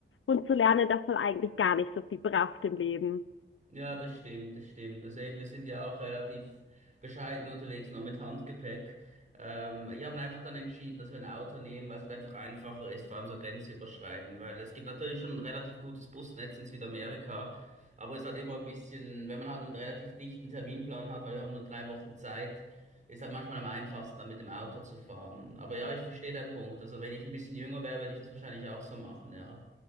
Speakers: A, on the left (about 80°); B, on the right (about 35°).
A: und zu lernen, dass man eigentlich gar nicht so viel braucht im Leben.
B: Ja, das stimmt, das stimmt. Also eben, wir sind ja auch relativ bescheiden unterwegs, nur mit Handgepäck. Ähm, wir haben einfach dann entschieden, dass wir ein Auto nehmen, weil es halt einfach einfacher ist, vor allem so grenzüberschreitend, weil es gibt natürlich schon ein relativ gutes Busnetz in Südamerika, aber es ist halt immer ein bisschen, wenn man halt einen relativ dichten Terminplan hat, weil wir haben nur drei Wochen Zeit, ist halt manchmal am einfachsten, dann mit dem Auto zu fahren. Aber ja, ich verstehe deinen Punkt. Also wenn ich ein bisschen jünger wäre, würde ich das wahrscheinlich auch so machen, ja,